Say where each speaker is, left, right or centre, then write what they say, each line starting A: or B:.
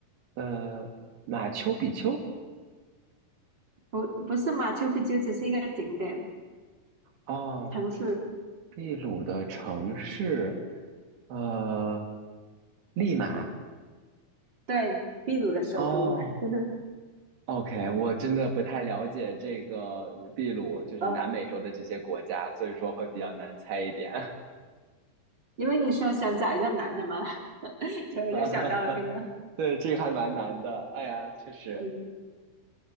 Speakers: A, on the right (about 85°); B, on the right (about 30°).
A: 呃，马丘比丘，
B: 不不是马丘比丘，只是一个景点
A: 哦，
B: 城市，
A: 秘鲁的城市，呃，利马，
B: 对，秘鲁的首都，
A: 哦
B: <laughs> 就是
A: ，OK，我真的不太了解这个秘鲁，就是南美洲的这些国家，
B: 呃，
A: 所以说会比较难猜一点。
B: 因为你说想找一个男的嘛，<laughs> 所以我就想到了这个，
A: <laughs> 对，这个还蛮难的。哎呀，确实。
B: 嗯